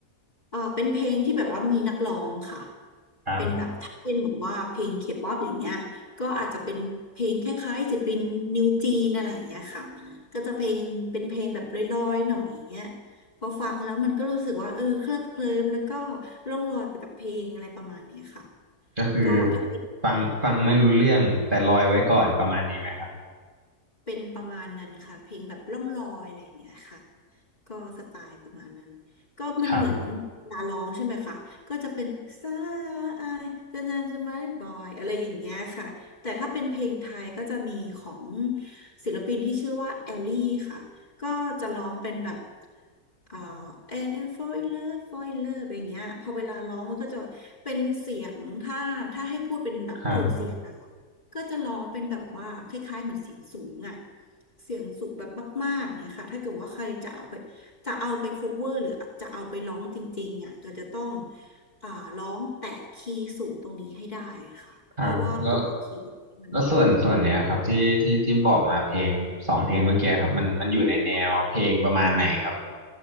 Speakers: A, on the left; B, on the right.
A: เออเป็นเพลงที่แบบว่ามีนักร้องค่ะ
B: ครับ
A: เป็นแบบถ้าเป็นแบบว่าเพลงเคป๊อปอย่างเงี้ยก็อาจจะเป็นเพลงคล้ายๆศิลปินนิวจีนอะไรอย่างเงี้ยค่ะก็จะเพลงเป็นเพลงแบบลอยๆหน่อยอย่างเงี้ยพอฟังแล้วมันก็รู้สึกว่าเออเคลิบเคลิ้มแล้วก็ร่องลอยไปกับเพลงอะไรประมาณเนี้ยค่ะ
B: ก็คือ
A: ก็ถ้าเป็น
B: ฟังฟังไม่รู้เรื่องแต่ลอยไว้ก่อนประมาณนี้ไหมครับ
A: เป็นประมาณนั้นค่ะเพลงแบบล่องลอยอะไรอย่างเงี้ยค่ะ ก็สไตล์ประมาณนั้นก็มันเหมือน
B: ครับ
A: ลาร้องใช่ไหมคะก็จะเป็นสายจะนานจะไม่บอยอะไรอย่างเงี้ยค่ะแต่ถ้าเป็นเพลงไทยก็จะมีของศิลปินที่ชื่อว่าแอลลี่ค่ะก็จะร้องเป็นแบบอ่า and I fall in love fall in love อะไรอย่างเงี้ยพอเวลาร้องมันก็จะเป็นเสียงถ้าถ้าให้พูดเป็นแบบโทนเสียงนะคะ
B: ครับ
A: ก็จะร้องเป็นแบบว่าคล้ายๆเหมือนเสียงสูงอะเสียงสูงแบบมากๆเนี่ยค่ะถ้าเกิดว่าใครจะเอาไปจะเอาไป cover หรือจะเอาไปร้องจริงๆอ่ะก็จะต้องอ่าร้องแตะคีย์สูงตรงนี้ให้ได้ค่ะเพราะว่าตัวคีย์ตรงนี้มัน
B: ครับแล้วแล้วส่วนส่วนเนี้ยครับที่ที่ที่บอกมาเพลงสองเพลงเมื่อกี้ครับมันมันอยู่ในแนวเพลงประมาณไหนครับ
A: ออก